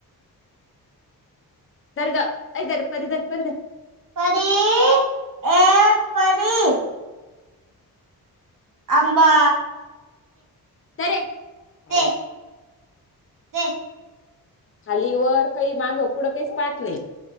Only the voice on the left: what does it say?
धर ग अय धर परी धर परी धर
अरे काळ्या
खाली वर काही मागं पुढं काहीच पाहत नाही